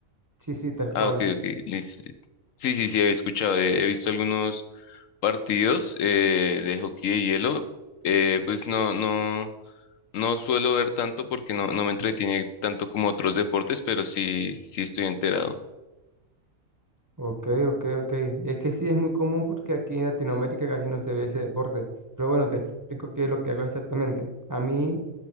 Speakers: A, on the right; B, on the left.
A: Sí, sí, tal
B: Ah,
A: cual.
B: ok, ok, listo. Sí, sí, sí, sí, había escuchado, eh, he visto algunos partidos eh, de hockey de hielo. Eh, pues no, no, no suelo ver tanto porque no, no me entretiene tanto como otros deportes, pero sí, sí estoy enterado.
A: Ok, ok, ok. Es que sí es muy común porque aquí en Latinoamérica casi no se ve ese deporte. Pero bueno, te explico qué es lo que hago exactamente. A mí,